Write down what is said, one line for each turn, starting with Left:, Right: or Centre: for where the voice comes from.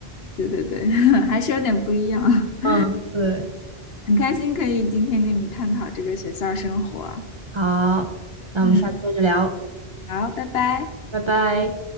Left: 对对对，<laughs> 还是有点不一样。<laughs>
Right: 嗯，对，
Left: 很开心可以今天跟你探讨这个学校生活啊。
Right: 好，那我们下次接着聊，
Left: 嗯，好，拜拜。
Right: 拜拜。